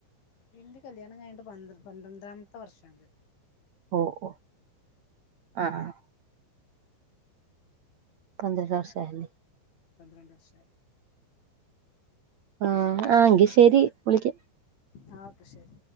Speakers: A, on the left (about 80°); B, on the right (about 75°).
A: ഇന്റെ കല്യാണം കഴിഞ്ഞിട്ട് പന്ത്ര പന്ത്രണ്ടാമത്തെ വർഷാണ്ത്.
B: ഓ ഓ ആഹ് പന്ത്രണ്ട് വർഷ ആയല്ലേ
A: പന്ത്രണ്ട് വർഷായി.
B: ആഹ് ആ എങ്കി ശെരി വിളിക്കാം.
A: ആ ഓക്കെ ശെരി.